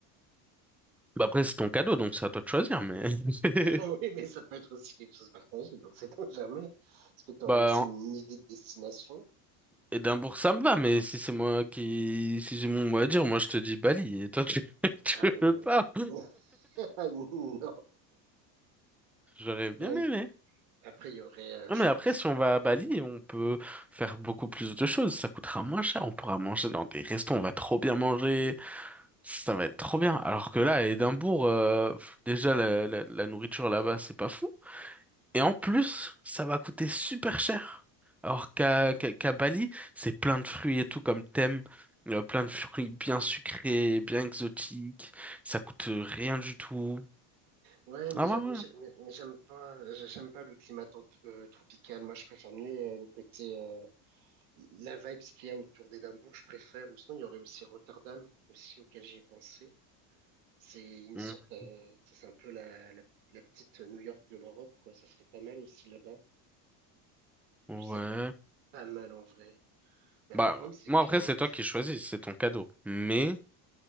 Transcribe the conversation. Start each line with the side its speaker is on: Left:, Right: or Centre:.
Centre: Bah après, c'est ton cadeau, donc c'est à toi de choisir. Mais <laughs>
Right: Ah Oui, mais ça peut être aussi quelque chose de partagé. Donc, c'est on jamais. Est-ce que t'aurais
Centre: bah
Right: aussi
Centre: en-
Right: une idée de destination?
Centre: Édimbourg, ça me va. Mais si c'est moi qui, si j'ai mon mot à dire, moi je te dis Bali. Et toi, tu, <laughs> tu
Right: Ah oui,
Centre: veux
Right: non.
Centre: pas?
Right: <laughs> Non.
Centre: J'aurais bien
Right: Euh,
Centre: aimé.
Right: Après, il y aurait, euh,
Centre: Non,
Right: je
Centre: mais après,
Right: pense.
Centre: si on va à Bali, on peut faire beaucoup plus de choses. Ça coûtera moins cher. On pourra manger dans des restos. On va trop bien manger. Ça va être trop bien. Alors que là, à Édimbourg, euh, pff, déjà, la, la- la nourriture là-bas, c'est pas fou. Et en plus, ça va coûter super cher. Alors qu'à qu'à- qu'à Bali, c'est plein de fruits et tout comme thème. Euh, plein de fruits bien sucrés, bien exotiques. Ça coûte euh, rien du tout.
Right: Ouais, mais,
Centre: Ah
Right: y
Centre: ouais,
Right: a- mais j'ai-
Centre: ouais.
Right: mais- mais j'aime pas, j'aime pas le climat temp- euh, tropical. Moi, je préfère mieux euh, le côté, euh, la vibe qu'il y a autour d'Édimbourg, je préfère. Ou sinon, il y aurait aussi Rotterdam, aussi auquel j'y ai pensé. C'est une
Centre: Mm.
Right: sorte, euh, tu sais, c'est un peu la, la, la petite New York de l'Europe, quoi. Ça serait pas mal aussi là-bas. Je
Centre: Ouais.
Right: pense que ça peut être pas mal en vrai. Mais
Centre: Bah,
Right: après, le problème, c'est
Centre: moi,
Right: que
Centre: après, c'est
Right: pff,
Centre: toi qui choisis. C'est ton cadeau. Mais